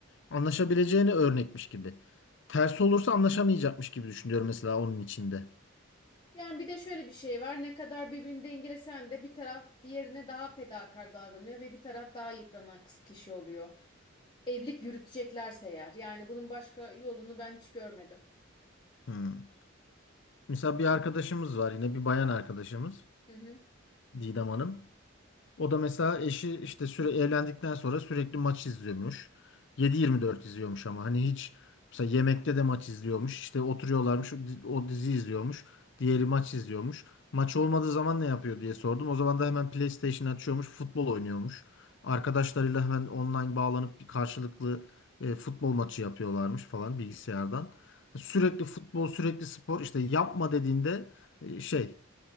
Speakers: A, on the left (about 60°); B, on the left (about 25°).
A: anlaşabileceğini örnekmiş gibi. Tersi olursa anlaşamayacakmış gibi düşünüyorum mesela onun içinde.
B: Yani bir de şöyle bir şey var. Ne kadar birbirini dengelesen de bir taraf diğerine daha fedakar davranıyor ve bir taraf daha yıpranan kız- kişi oluyor. Evlilik yürüteceklerse eğer. Yani bunun başka yolunu ben hiç görmedim.
A: Hmm. Mesela bir arkadaşımız var yine bir bayan arkadaşımız
B: Hı hı.
A: Didem Hanım. O da mesela eşi işte süre evlendikten sonra sürekli maç izliyormuş. 7-24 izliyormuş ama hani hiç mesela yemekte de maç izliyormuş. İşte oturuyorlarmış o di- o dizi izliyormuş. Diğeri maç izliyormuş. Maç olmadığı zaman ne yapıyor diye sordum. O zaman da hemen PlayStation açıyormuş, futbol oynuyormuş. Arkadaşlarıyla hemen online bağlanıp bir karşılıklı e, futbol maçı yapıyorlarmış falan bilgisayardan. Sürekli futbol, sürekli spor. İşte yapma dediğinde e, şey